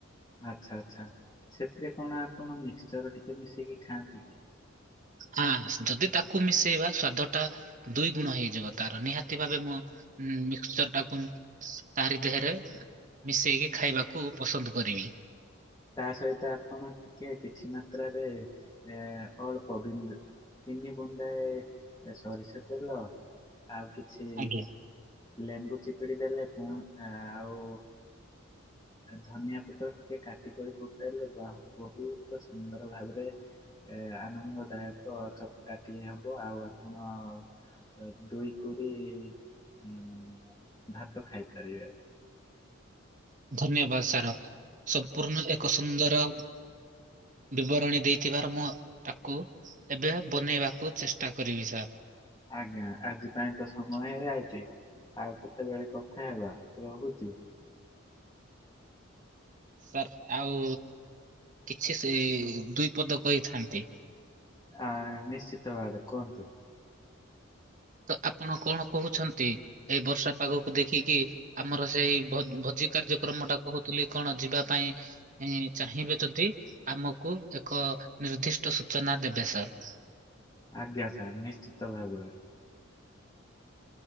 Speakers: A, on the left (about 20°); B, on the right (about 35°).
A: ଆଚ୍ଛା ଆଚ୍ଛା ସେଥିରେ କଣ ଆପଣ ମିକ୍ସଚର ଟିକେ ମିଶେଇକି ଖାଆନ୍ତି କି।
B: ଆ ଯଦି ତାକୁ ମିଶେଇବା ସ୍ଵାଦ ଟା ଦୁଇ ଗୁଣ ହେଇଯିବ ତାର ନିହାତି ଭାବେ ମୁଁ। ହୁଁ ମିକ୍ସଚର ଟାକୁ ତାରି ଦେହରେ। ମିଶେଇକି ଖାଇବାକୁ ପସନ୍ଦ କରିବି।
A: ତା ସହିତ ଆପଣ ଟିକେ କିଛି ମାତ୍ରାରେ ଏ-ଅଳପ ବିନ୍ଦୁ ତିନି ବୁନ୍ଦାଏ ଏ-ସରିଷ ତେଲ। ଆଉ କିଛି
B: ଆଜ୍ଞା
A: ଲେମ୍ବୁ ଚିପିଡ଼ି ଦେଲେ ପୁଣି ଆଉ। ଧନିଆ ପତ୍ର ଟିକେ କାଟିିକରି ପକାଇଲେ ବାହୁ ବହୁତ ସୁନ୍ଦର ଭାବରେ। ଏ-ଆନନ୍ଦଦାୟକ ଚକଟାଟିଏ ହେବ ଆଉ ଆପଣ। ଏ ଦୁଇକୁରି ଉଁ ଭାତ ଖାଇପାରିବେ।
B: ଧନ୍ୟବାଦ ସାର ସମ୍ପୂର୍ଣ୍ଣ ଏକ ସୁନ୍ଦର। ବିବରଣୀ ଦେଇଥିବାର ମୁଁ ତାକୁ। ଏବେ ବନେଇବାକୁ ଚେଷ୍ଟା କରିବି ସାର୍।
A: ଆଜ୍ଞା ଆଜି ପାଇଁ ତ ସମୟ ହେଇଯାଇଛି। ଆଉ କେତେବେଳେ କଥା ହେବା ରହୁଛି।
B: ସାର୍ ଆଉ କିଛି ସେ ଦୁଇ ପଦ କହିଥାନ୍ତି
A: ଆ ନିଶ୍ଚିତ ବାଦ କୁହନ୍ତୁ
B: ତ ଆପଣ କଣ କହୁଛନ୍ତି ଏଇ ବର୍ଷା ପାଗକୁ ଦେଖିକି ଆମର ସେଇ ଭ ଭୋଜି କାର୍ଯ୍ୟକ୍ରମ ଟା କହୁଥିଲି କଣ ଯିବା ପାଇଁ ଚାହିଁବେ ଯଦି ଆମକୁ ଏକ ନିର୍ଦ୍ଦିଷ୍ଟ ସୂଚନା ଦେବେ ସାର୍
A: ଆଜ୍ଞା ସାର୍ ନିଶ୍ଚିତ ଭାବରେ